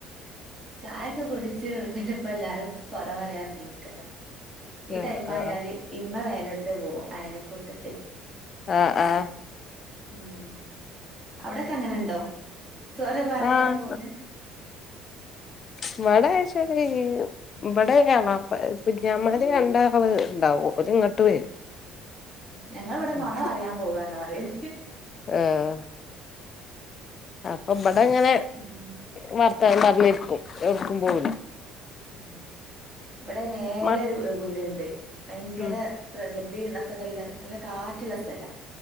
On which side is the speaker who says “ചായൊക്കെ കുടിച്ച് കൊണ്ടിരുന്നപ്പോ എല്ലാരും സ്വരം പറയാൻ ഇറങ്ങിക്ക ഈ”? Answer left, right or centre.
Right